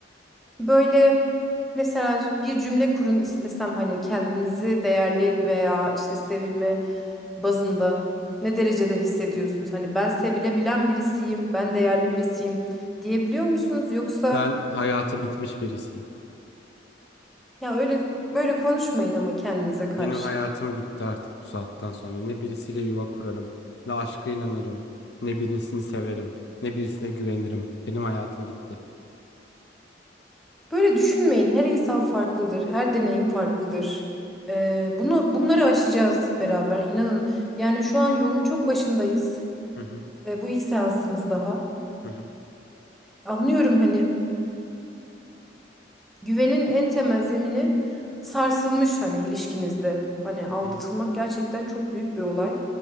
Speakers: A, in the centre; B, on the left (about 65°).
A: Böyle mesela bir cümle kurun istesem hani kendinizi değerli veya işte sevilme bazında ne derecede hissediyorsunuz? Hani ben sevilebilen birisiyim, ben değerli birisiyim diyebiliyor musunuz? Yoksa
B: Ben hayatı bitmiş birisiyim.
A: ya öyle böyle konuşmayın ama kendinize karşı.
B: Benim hayatım bitti artık bu saatten sonra. Ne birisiyle yuva kurarım, ne aşka inanırım, ne birisini severim, ne birisine güvenirim. Benim hayatım bitti.
A: Böyle düşünmeyin. Her insan farklıdır. Her deneyim farklıdır. Ee, bunu bunları aşacağız beraber. İnanın. Yani şu an yolun çok başındayız.
B: Hı hı,
A: Ve bu ilk seansımız daha.
B: hı hı,
A: Anlıyorum hani <clears throat> güvenin en temel zemini sarsılmış hani ilişkinizde. Hani aldatılmak
B: hı hı,
A: gerçekten çok büyük bir olay.